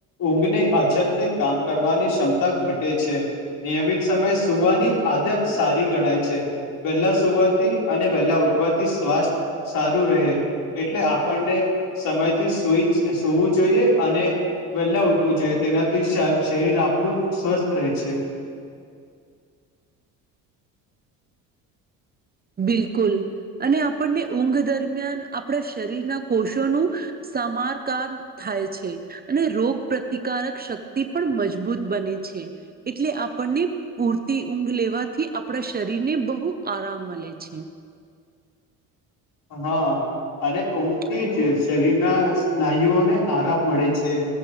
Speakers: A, on the left; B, on the right.
A: ઊંઘની અછતથી કામ કરવાની ક્ષમતા ઘટે છે નિયમિત સમય સુવાની આદત સારી ગણાય છે. વહેલા સુવાથી અને વહેલા ઉઠવાથી સ્વાસ્થ્ય સારું રહે એટલે આપણને સમયથી. ટુઈચ સુવું જોઈએ અને વહેલા ઉઠવું જોઈએ તેનાથી શ શરીર આપણું સ્વસ્થ રહેે છે.
B: બિલકુલ અને આપણને ઊંઘ દરમિયાન આપણા શરીરના કોષોનું સમારકામ થાય છે, અને રોગ પ્રતિકારક શક્તિ પણ મજબૂત બને છે. એટલે આપણને પૂરતી ઊંઘ લેવાથી આપણા શરીરને બહુ આરામ મળે. લે છે.
A: હા અને ઊંઘથી
B: હલો
A: જ શરીરના સ્નાયુઓને આરામ મળે છે.